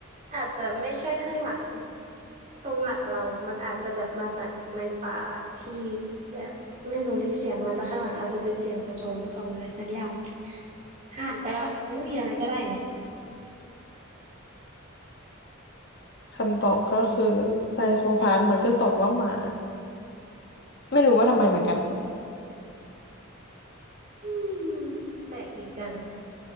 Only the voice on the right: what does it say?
อาจจะไม่ใช่ข้างหลังตรงหลังเรา มันอาจจะแบบมาจากในป่าที่แบบไม่รู้ดิเสียงมาจากข้างหลังอาจจะเป็นเสียงสะท้อนของอะไรสักอย่างหันไปอาจจะไม่มีอะไรก็ได้ไง
อืมแปลกดีจัง